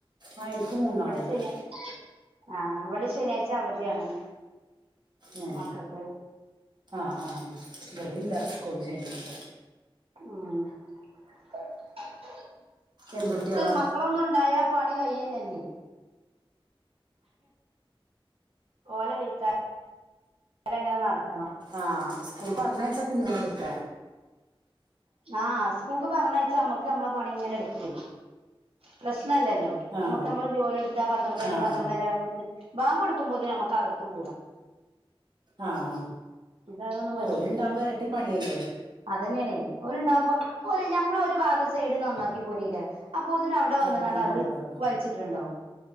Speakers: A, on the right; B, on the right.
A: ആഹാ എനിക്ക് മൂന്നാളുണ്ട്.
B: ശനി ആഹ അവിടെ ശനിയാഴ്ച അവധിയാണ്.
A: ആഹ,
B: മക്കൾക്ക്
A: ആഹാ, ആഹ, ഇവിടെ ഇല്ല സ്ക്കൂള് ശനിയാഴ്ച.
B: <unintelligible>
A: എന്തുട്ട്യാളാ
B: മക്കളൊന്നും ഉണ്ടായ പണി കയ്യല്ലല്ലേ. ഓലെ വഴത്താല അങ്ങനെ നടക്കണം.
A: ആഹ സ്കൂൾ പറഞ്ഞഴച്ച പിന്നനെ എടുത്ത.
B: ആഹ് സ്കൂൾക്ക് പറഞ്ഞഴച്ചാ, അമ്മക്ക് നമ്മളെ പണി ഇങ്ങനെ എടുത്തു പ്രശ്നല്ലല്ലോ.
A: ആഹ്
B: നമുക്ക് നമ്മള് ജോലി എടുത്താ പന്ത്രണ്ട മണി
A: ആഹ്
B: പന്ത്രണ്ടായിരം- ആകുമോതിന് ബാങ്ക് കൊടുക്കുമ്പോതിന് നമുക്ക്കു- കൂടാം.
A: ആഹ
B: ഇത് അതൊന്നും
A: ഓര്ണ്ടാവബോ ഇരട്ടിപ്പണിയല്ലേ.
B: അത്തന്നെയാണ് ഓല ഉണ്ടാകുമ്പോ ഓല മ്മള ഒരു വാഗസൈഡ്- നന്നാക്കി പോരീക്കരാം അപ്പോ- അതിന, ഇവിടെ വന്ന
A: അപ്പൊത്തന്നെ
B: കാണ്ട് അത്
A: അവിടെ ഇതാക്കണം
B: വലിച്ചിട്ടുണ്ടാവും.